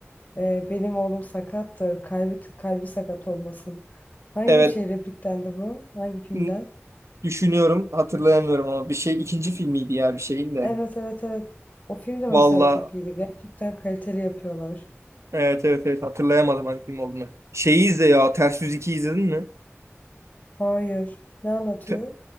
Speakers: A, on the left (about 35°); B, on the right (about 85°).
A: Ee, benim oğlum sakattır. Kalbi, kalbi sakat olmasın. Hangi
B: evet
A: şey repliktendi bu? Hangi filmden?
B: n- düşünüyorum hatırlayamıyorum ama bir şey ikinci filmiydi ya bir şeyin de.
A: Evet evet evet. O film de mesela
B: Valla
A: çok iyiydi. Gerçekten kaliteli yapıyorlar.
B: evet evet evet hatırlayamadım hangi film olduğunu. Şeyi izle ya Ters Yüz 2 izledin mi?
A: Hayır. Ne anlatıyor?
B: Te-